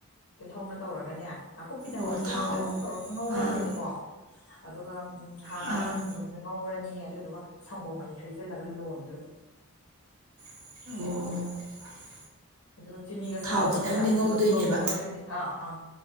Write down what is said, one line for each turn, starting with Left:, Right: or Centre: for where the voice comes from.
Left: ꯇꯤꯜꯍꯧꯅ ꯇꯧꯔꯒꯅꯦ ꯅꯥꯀꯨꯞꯄꯤꯅ
Right: ꯑꯣ
Left: ꯑꯣꯏꯔꯁꯨ
Right: ꯊꯥꯎ
Left: ꯌꯥꯏ ꯈꯤꯇꯪ ꯈꯛ ꯇꯧꯔꯒ ꯉꯧꯔꯅꯦꯕꯀꯣ
Right: ꯑꯥ
Left: ꯑꯗꯨꯒ ꯎꯝ ꯍꯥꯟꯅ
Right: ꯑꯥ
Left: ꯈꯣꯡꯗ꯭ꯔꯨꯝꯁꯦ ꯉꯧꯔꯅꯤ ꯑꯗꯨꯗꯨꯒ ꯁꯪꯒꯣꯝ ꯃꯍꯤ ꯍꯩꯖꯜꯂꯒ ꯂꯣꯟꯗꫭꯏꯕ
Right: ꯑꯣ
Left: ꯑꯗꯨꯒ ꯆꯤꯅꯤꯒ
Right: ꯊꯥꯎ
Left: ꯁꯪꯒꯣꯝꯒꯁꯤ
Right: ꯈꯤꯇꯪꯗꯤ
Left: ꯍꯥꯟꯅ
Right: ꯉꯧꯗꯣꯏꯅꯦꯕ
Left: ꯂꯣꯟꯊꯣꯛꯑꯒ ꯗꫭꯏꯃꯤ ꯑꯥ ꯑꯥ